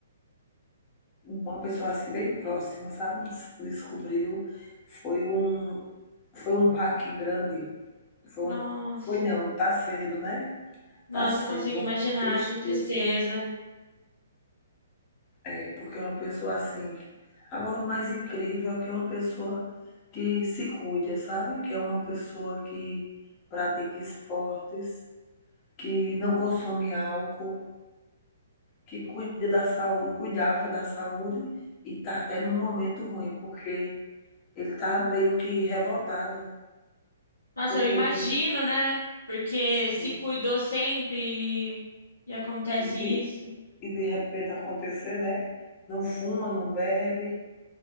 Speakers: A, on the left (about 30°); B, on the left (about 80°).
A: Uma pessoa assim bem próxima, sabe? Descobriu, foi um foi um baque grande. Foi
B: Nossa,
A: uma, foi não, tá sendo, né?
B: nossa,
A: Tá sendo
B: eu consigo
A: uma
B: imaginar,
A: tristeza,
B: que tristeza.
A: é, porque é uma pessoa assim. Agora o mais incrível é que é uma pessoa que se cuida, sabe? Que é uma pessoa que pratica esportes, que não consome álcool. que cuida da saúde, cuidava da saúde e está até num momento ruim, porque ele está meio que revoltado,
B: Nossa,
A: porque
B: eu imagino,
A: ele,
B: né? Porque
A: sim,
B: se cuidou sempre e acontece
A: e de,
B: isso.
A: e de repente acontecer, né? Não fuma, não bebe,